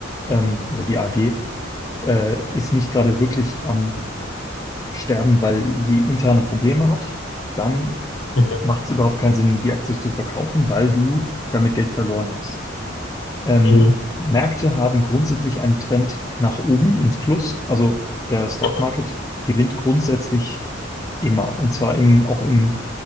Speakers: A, on the left (about 15°); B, on the left (about 70°).
A: ähm, oder die AG, äh, ist nicht gerade wirklich am sterben, weil sie interne Probleme hat, dann
B: Mhm.
A: macht es überhaupt keinen Sinn, die Aktie zu verkaufen, weil du damit Geld verloren hast. Ähm,
B: Mhm.
A: Märkte haben grundsätzlich einen Trend nach oben ins Plus. Also der Stock
B: Mhm.
A: Market gewinnt grundsätzlich immer und zwar im, auch im